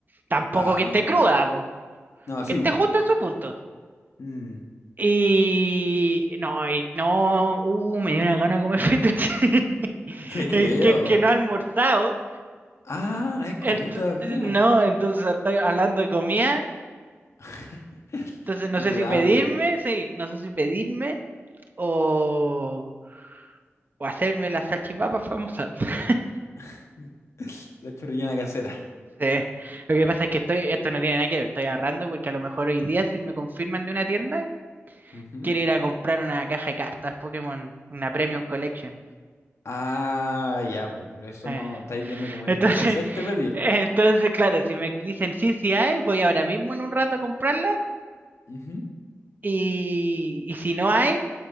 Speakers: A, on the right; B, on the left.
A: Tampoco
B: Ah,
A: que esté
B: no.
A: cruda, po.
B: No,
A: Que
B: sí,
A: esté
B: vos.
A: justo en su punto.
B: Mm,
A: Y no, y no, uh, me dio una gana de comer fettuccine. <laughs>
B: te creo.
A: Es que, que no he almorzado.
B: Ah, no he comido
A: Ent-
B: todavía.
A: no, entonces estoy hablando de comida
B: <laughs>
A: Entonces no
B: Y
A: sé
B: te
A: si
B: da
A: pedirme,
B: hambre.
A: sí, no sé si pedirme o, o hacerme las salchipapas famosas. <laughs>
B: <laughs> La chorrillana casera.
A: Sí. Lo que pasa es que estoy, esto no tiene nada que ver, estoy ahorrando porque a lo mejor hoy día si me confirman de una tienda,
B: Ujú.
A: quiero ir a comprar una caja de cartas Pokémon, una Premium Collection.
B: Ah, ya, pues, por eso
A: Eh,
B: no estáis viendo como
A: Entonces,
B: entre si hacerte
A: <laughs>
B: pedir.
A: entonces, claro, si me dicen sí, sí hay, voy ahora mismo en un rato a comprarla
B: Ujú,
A: y, y si no hay,